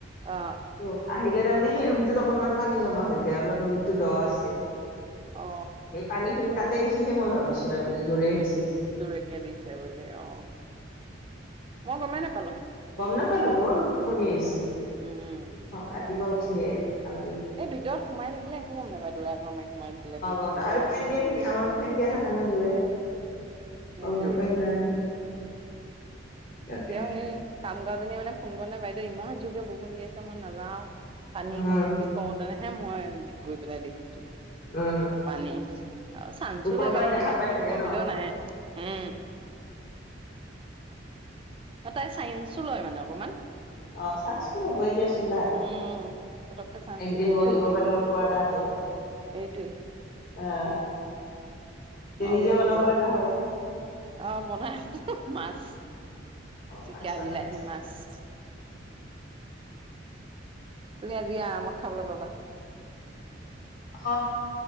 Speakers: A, on the right (about 30°); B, on the left (about 50°).
A: অ
B: ত আহিলে তাৰমানে সেই ৰুমটোত অকনমান পানী জমা হৈ যায়। অলপ ৰুমতটো দ আছে।
A: অ অ
B: সেই পানী খিনি তাত। ত দেখিহেই ভাবিছো তাৰমানে জোৰে আহিছে।
A: জোৰেকে দিছে বুলি অ' মই গমেই নোপালো।
B: গম নাপালো, বৰ টোপনি আহিছে।
A: উম
B: ৰাতিপুৱা উঠিয়ে। অ'
A: এই ভিতৰত সোমাই থাকিলে একো গম নাপায় দৰা ঘৰ মাৰি সোমাই থাকিলে বৰষুণ
B: গম দিওঁ
A: দিয়াত
B: আৰু ফেন দিয়ে থাকি আমাৰ। স দিয়া থাকা ন জোৰে
A: সেইটোৱে
B: গম নাপায় সেইকাৰণে। তাকে।
A: এতিয়াও সেই কাম কৰা জনিয়ে মানে ফোন কৰ নাই বাইদেউ ইমান জোকে বৰষুণ দি আছে মই নাযাওঁ‌। পানী
B: উম
A: হৈ বুলি কওঁতেনেহে মই গৈ পেলাই দেখিছো।
B: উম
A: পানী আৰু চানচো
B: ওপৰৰ
A: লবা
B: পৰা
A: সিহঁতিৰ
B: দেখা পাই
A: পিছত
B: চাগে
A: কমিলেও
B: ন
A: নাহে উম। <inaudible> অ' তাই চায়েন্সো লয় মানে অকণমান।
B: আহ চাঞ্চ টো লবই দিয়াচোন তাহাতে।
A: উম পতককে চান্সটো
B: একদিন
A: লৈ
B: বহিব
A: লয় আৰু নাযাওঁ
B: পালেও পোৱা তাহতৰ
A: এইটোৱে
B: আহ এতিয়া
A: মই
B: নিজে
A: বোলো
B: বনাব
A: হ'ব আৰু
B: লগা হ'ল।
A: অ' বনাই আছো মাছ
B: অ
A: জিকা
B: মাছ বনাই
A: বিলাহী
B: আছে
A: মাছ। <inaudible> তুমি আজি আৰামত খাবলৈ পাবা।
B: আহ